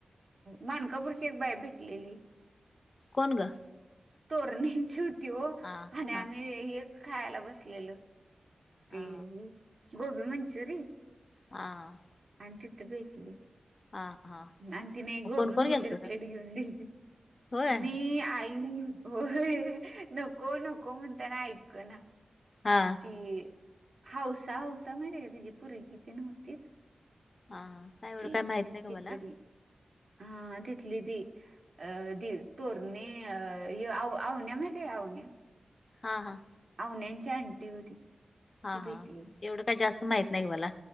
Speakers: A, on the right; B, on the left.
A: मानकापूरची एक बाय भेटलेली
B: कोण ग
A: तोरणींची होती हो
B: हा
A: आणि आम्ही
B: हा
A: हेच खायला बसलेल ते
B: हा
A: गोभी मंचुरीयन
B: हा
A: आणि तिथ भेटली
B: हा हा
A: आणि तिने गोबी
B: कोण कोण
A: मंचुरी
B: गेलतसा
A: प्लेट घेऊन दिली त
B: होय
A: मी आई नाही हो नको नको म्हणताना ऐक ना
B: हा
A: ती हौसा हौसा माहितीे का तीची पोरगी ती नव्हती
B: हा काय एवढं
A: त
B: काय माहित नाही ग मला
A: तणी हा तथली ती अ दि तोरणे आव आवण्या माहिती आहे आवण्या
B: हा हा.
A: आवण्याची आणंटी ओ ती.
B: हा
A: ती
B: हा
A: भेटली
B: एवढं काय जास्त माहित नाही ग मला